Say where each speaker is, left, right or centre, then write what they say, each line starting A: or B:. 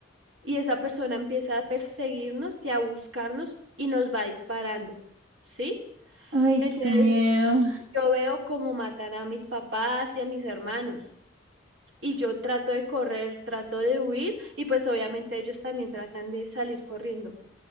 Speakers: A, on the right; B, on the right.
A: y esa persona empieza a perseguirnos y a buscarnos y nos va disparando, ¿sí?
B: Ay,
A: Entonces,
B: qué miedo.
A: yo veo cómo matan a mis papás y a mis hermanos. Y yo trato de correr, trato de huir y pues obviamente ellos también tratan de salir corriendo.